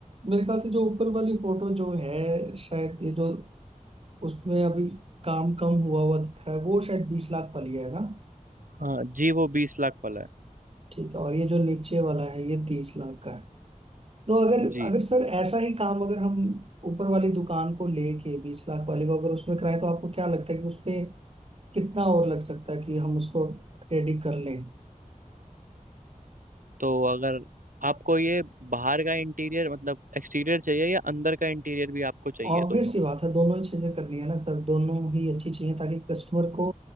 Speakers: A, on the right; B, on the right.
A: मेरे ख्याल से जो ऊपर वाली फोटो जो है शायद ये जो उसमें अभी काम कम हुआ हुआ दिख रहा है वो शायद बीस लाख वाली है ना
B: हाँ जी वो बीस लाख वाला है
A: ठीक है और ये जो नीचे वाला है ये तीस लाख का है तो अगर
B: जी
A: अगर सर ऐसा ही काम अगर हम ऊपर वाली दुकान को लेके बीस लाख वाले को अगर उसमें कराए तो आपको क्या लगता है कि उसपे कितना और लग सकता है कि हम उसको रेडी कर लें
B: तो अगर आपको ये बाहर का इंटीरियर मतलब एक्सटीरियर चाहिए या अंदर का इंटीरियर भी आपको चाहिए
A: ऑब्वियस
B: दोनों
A: सी बात है दोनों ही चीजें करनी है ना सर दोनों ही अच्छी चीजें ताकि कस्टमर को